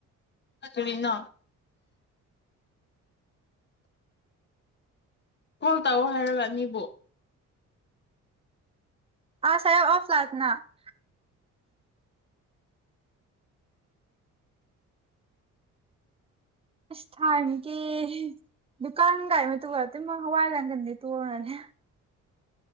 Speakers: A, on the left (about 35°); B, on the right (about 20°).
A: ꯀꯔꯤꯅꯣ ꯀꯣꯜ ꯇꯧꯑꯣ ꯍꯥꯏꯔꯒ ꯑꯅꯤꯕꯨ
B: ꯑꯁꯥꯏꯦ ꯑꯣꯐ ꯂꯥꯛꯅ <unintelligible> <unintelligible>